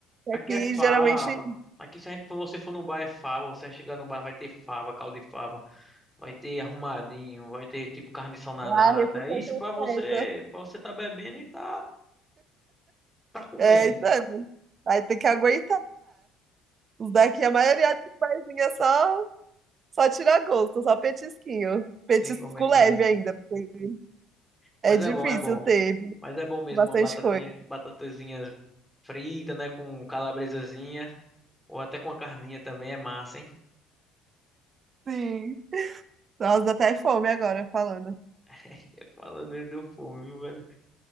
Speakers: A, in the centre; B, on the right.
A: Aqui
B: aqui
A: é fava.
B: geralmente
A: Aqui se a gente, for- você for no bar é fava. Você chegar no bar vai ter fava, caldo de fava, vai ter arrumadinho, vai ter tipo carne de sol na nata.
B: a refeição
A: Isso
B: completa.
A: pra você, para você tá bebendo e tá tá comendo.
B: É, então, aí tem que aguentar. Os daqui, a maioria dos barzinhos é só, só tira gosto, só petisquinho.
A: Sei
B: Petisco
A: como é que
B: leve
A: é.
B: ainda, porque
A: Mas
B: é difícil
A: é bom, é bom.
B: ter
A: Mas é bom mesmo
B: bastante
A: uma batatinha,
B: coisa.
A: batatazinha frita, né, com calabresazinha ou até com a carninha também é massa, hein?
B: Sim. Nossa, dá até fome agora falando.
A: <laughs> Falando, ele deu fome, viu, velho?